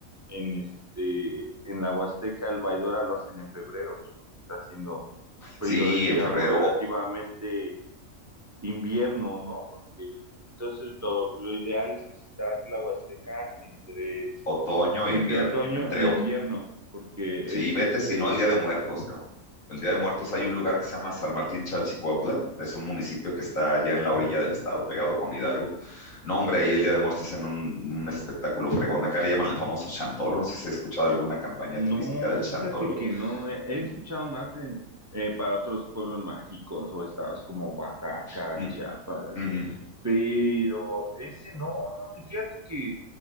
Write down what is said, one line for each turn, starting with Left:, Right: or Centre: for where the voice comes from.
Right: en este, en la Huasteca, el Baidora, lo hacen en febrero, pues, porque está haciendo frío,
Left: Sí,
Right: es digamos
Left: en febrero,
Right: relativamente
Left: o-
Right: invierno, ¿no? Porque entonces lo, lo ideal es visitar la Huasteca entre,
Left: otoño
Right: entre
Left: e invierno,
Right: otoño
Left: entre
Right: e invierno, porque
Left: Sí,
Right: es
Left: vete
Right: este
Left: si no el Día de Muertos, cabrón. El Día de Muertos hay un lugar que se llama San Martín Chalchicuautla, es un municipio que está allá en la orilla del estado, pegado con Hidalgo. No, hombre, ahí el Día de Muertos es en un, un espectáculo fregón. Acá le llaman el famoso Chantolo, no sé si has escuchado alguna campaña
Right: No,
Left: turística del Chantolo.
Right: fíjate que no, he, he
Left: Mm,
Right: escuchado más en eh, para otros pueblos mágicos o estados como Oaxaca,
Left: mm,
Right: Chiapas, así,
Left: mm,
Right: pero ese no, no, y fíjate que